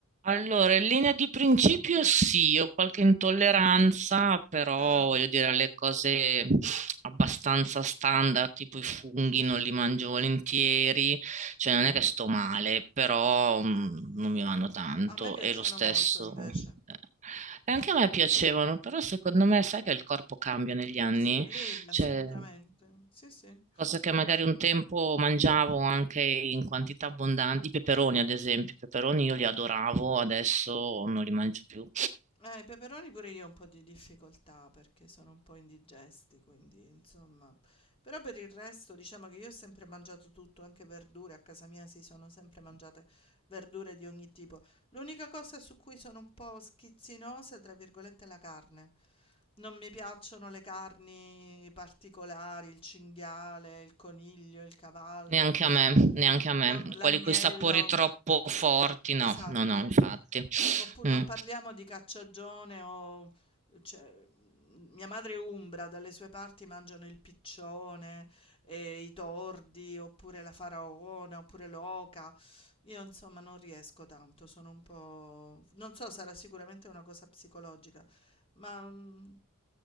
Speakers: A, on the right; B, on the left.
A: Allora, in linea di principio sì, ho qualche intolleranza, però
B: Ah,
A: voglio dire alle cose abbastanza standard, tipo i funghi non li mangio volentieri, cioè
B: mm.
A: non è che sto male, però mm, non mi vanno tanto
B: A me piacciono
A: e lo stesso.
B: molto invece.
A: eh, E anche a me piacevano, però secondo me sai che il corpo cambia negli anni?
B: Sì, assolutamente.
A: Cioè,
B: Sì, sì.
A: cosa che magari un tempo mangiavo anche in quantità abbondanti, i peperoni ad esempio, i peperoni io li adoravo, adesso non li mangio più.
B: Eh, i peperoni pure io ho un po' di difficoltà perché sono un po' indigesti, quindi insomma. Però per il resto diciamo che io ho sempre mangiato tutto, anche verdure, a casa mia si sono sempre mangiate verdure di ogni tipo. L'unica cosa su cui sono un po' schizzinosa, tra virgolette, è la carne. Non mi piacciono le carni particolari, il cinghiale, il coniglio, il cavallo,
A: Neanche
B: diciamo,
A: a me, neanche a me.
B: sono- l'agnello.
A: Quelli con i sapori troppo forti,
B: Esatto.
A: no, no, no, infatti.
B: Oppure non
A: Mm.
B: parliamo di cacciagione o cioè, mm, mia madre è umbra, dalle sue parti mangiano il piccione, e i tordi, oppure la faraona, oppure l'oca. Io insomma non riesco tanto, sono un po'... Non so, sarà sicuramente una cosa psicologica, ma mm,